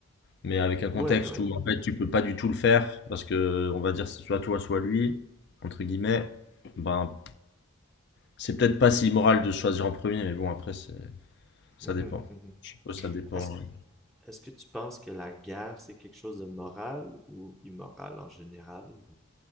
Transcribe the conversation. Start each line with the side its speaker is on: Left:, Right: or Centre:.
Left: mais avec un
Centre: Ouais,
Left: contexte
Centre: ouais.
Left: où, en fait, tu peux pas du tout le faire, parce que, on va dire, c'est soit toi, soit lui, entre guillemets, ben, c'est peut-être pas si immoral de choisir en premier, mais bon, après, c'est, ça
Centre: Mhm,
Left: dépend.
Centre: mhm.
Left: Je suppose que ça dépend.
Centre: Est-ce,
Left: ouais.
Centre: est-ce que tu penses que la guerre, c'est quelque chose de moral ou immoral en général?